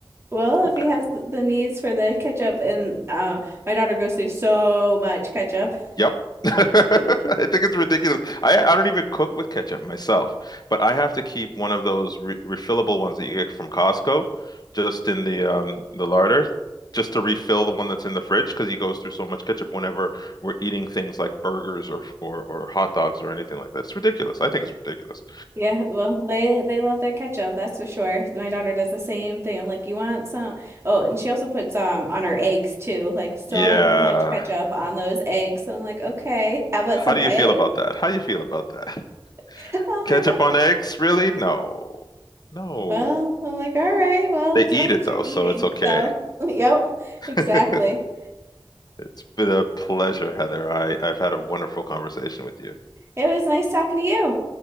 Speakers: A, on the right; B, on the left.
A: Well, if
B: Okay.
A: he has the needs for the ketchup and uh, my daughter goes through so much ketchup.
B: Yep. <laughs> I
A: <laughs>
B: think it's ridiculous. I, I don't even cook with ketchup myself, but I have to keep one of those re refillable ones that you get from Costco just in the um the larder just to refill the one that's in the fridge because he goes through so much ketchup whenever we're eating things like burgers or or or hot dogs or anything like that. It's ridiculous. I think it's ridiculous.
A: Yeah, well, they they love their ketchup, that's for sure. My daughter does the same thing. I'm like, "You want some?" Oh, and she also puts um on her eggs too, like so
B: <laughs> Yeah.
A: much ketchup on those eggs. I'm like, "Okay, how about
B: How
A: some
B: do
A: egg?"
B: you feel about that? How do you feel about that?
A: <laughs> I'm
B: Ketchup
A: like,
B: on eggs? Really? No. No.
A: Well, I'm like, all right, well,
B: They
A: as
B: eat
A: long
B: it
A: as you're
B: though,
A: eating.
B: so it's okay.
A: So, <laughs> yep,
B: <laughs>
A: exactly.
B: It's been a pleasure, Heather. I, I've had a wonderful conversation with you.
A: It was nice talking to you.